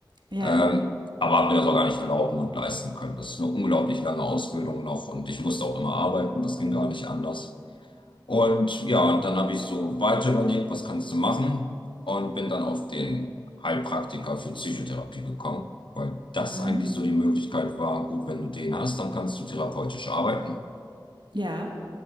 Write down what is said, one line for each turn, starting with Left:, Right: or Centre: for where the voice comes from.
Right: Ja.
Left: Ähm, aber habe mir das auch gar nicht erlauben und leisten können. Das ist eine unglaublich lange Ausbildung noch und ich musste auch immer arbeiten. Das ging gar nicht anders. Und ja, und dann habe ich so weiter überlegt, was kannst du machen? Und bin dann auf den Heilpraktiker für Psychotherapie gekommen, weil das
Right: Mhm.
Left: eigentlich so die Möglichkeit war, gut, wenn du den hast, dann kannst du therapeutisch arbeiten.
Right: Ja.